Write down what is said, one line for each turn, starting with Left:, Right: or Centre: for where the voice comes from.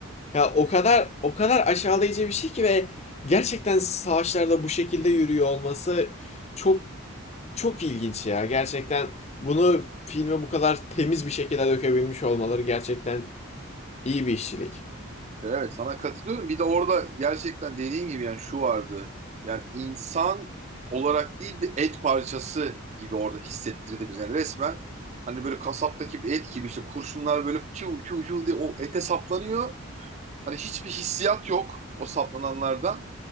Left: Ya o kadar o kadar aşağılayıcı bir şey ki ve gerçekten savaşlarda bu şekilde yürüyor olması çok çok ilginç ya. Gerçekten bunu filme bu kadar temiz bir şekilde dökebilmiş olmaları gerçekten iyi bir işçilik.
Right: Evet, sana katılıyorum. Bir de orada gerçekten dediğin gibi yani şu vardı. Yani insan olarak değil bir et parçası gibi orada hissettirdi bize yani resmen. Hani böyle kasaptaki bir et gibi işte kurşunlar böyle çuv çuv çuv diye o ete saplanıyor. Hani hiçbir hissiyat yok o saplananlardan.